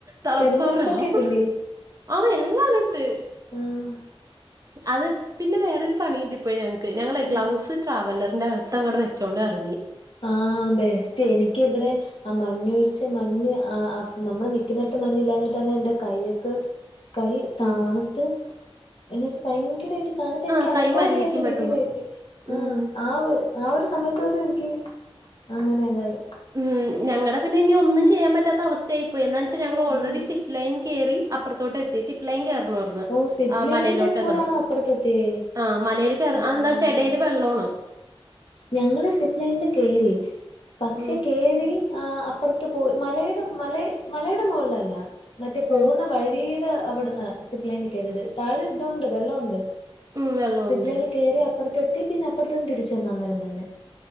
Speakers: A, on the right (about 35°); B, on the left (about 60°).
A: തളപ്പാ
B: തെർമൽസൊക്കെ
A: <unintelligible>
B: ഇട്ടില്ലേ
A: ആഹ് എല്ലാ ലട്ട്
B: ഉം
A: അത് പിന്നെ വേറൊരു പണി കിട്ടി പോയി ഞങ്ങക്ക് ഞങ്ങളെ ഗ്ലൗസ്
B: ആഹ്
A: ട്രാവലറിന്റെ അകത്ത് അങ്ങോട്ട വെച്ചുകോണ്ട് ഇറങ്ങി
B: ആഹ് ബെസ്റ്റ് എനിക്കിവിടെ ആ മഞ്ഞൊഴിച്ച് മഞ്ഞ് നമ്മള് നിക്കുന്നിടത്ത് മഞ്ഞ ഇില്ലഞ്ഞിട്ടന്ന എൻറെ കൈ്യൊക്ക് കൈ താന്നട്ട്
A: ഉം
B: എന്നാ വെച്ചാ ഭയങ്കരയിട്ട് തണുത്തു എനിക്ക്
A: ആഹ്
B: അനക്കാൻ
A: കൈ മരവിക്കും
B: വയ്യാത്ത
A: പെട്ടെന്ന്
B: രീതിയിലായിപോയി ആ
A: ഉം
B: ആ ആ ഒരു സമയത്ത പോലും എനിക്ക് അങ്ങനെ അതായി
A: ഉം ഞങ്ങളടെ പിന്നെ ഇനി ഒന്നും ചെയ്യാൻ പാത്ത അവസ്ഥയായിപ്പോയി എാ വെച്ചാൽ ഞങ്ങൾ ഓൾറെഡി
B: ഉം
A: സി - ലൈൻ കയറി അപ്പറത്തോട്ട എത്തി സിപ് ലൈൻ കേറണമായിരുന്നു
B: ഓ സിബ്
A: ആഹ്
B: ലൈനില്
A: മലയിലോട്ട്
B: കൂടാണോ
A: എത്തണം
B: അപ്പുറത്തെത്തിയേ
A: ആഹ് മലൽ ക
B: ഓ
A: എന്താ ചെടയില് വെള്ളമാണ്
B: ഞങ്ങള് സിപ്പ് ലൈനിൽ കേറി പക്ഷെ
A: ഉം
B: കേറി പ്പറത്ത് പോയി മലയിട മല മലട മുകളിലല്ല മറ്റേ പോകുന്ന
A: ഉം
B: വഴി ട്ട അവിടുന്ന് സിപ്ലൈനി കേറിത് താഴെ ഇതുണ്ട് വെള്ളണ്ട്
A: ഉം വെള്ളോണ്ട്
B: സിപ്ലൈനി കേറി അപ്പുറത്തെത്തി പിന്നെ അപ്പുറത്ത് നിന്ന് തിരിച്ച് വന്ന് അന്നേരം തന്നെ